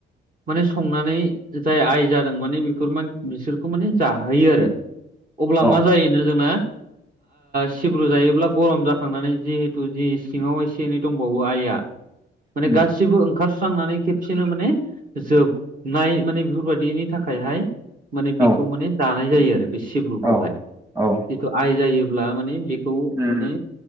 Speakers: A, on the right (about 45°); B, on the right (about 15°).
A: माने संनानै जाय आइ जादों माने बेफोर मान बिसोरखौ माने जाहोयो आरो अब्ला
B: औ
A: मा जायोनो जोंना सिब्रु जायोब्ला गरम जाखांनानै जिहेथु जि सिङाव एसे एनै दंबावो आइआ माने
B: उम
A: गासिबो ओंखार स्रांनानै खेबसेनो माने जोबनाय माने बेफोरबायदिनि थाखायहाय माने
B: औ
A: बेखौ माने जानाय जायो आरो बे सिब्रुखौहाय
B: औ औ
A: जिथु आइ जायोब्ला माने बेखौ
B: उम
A: माने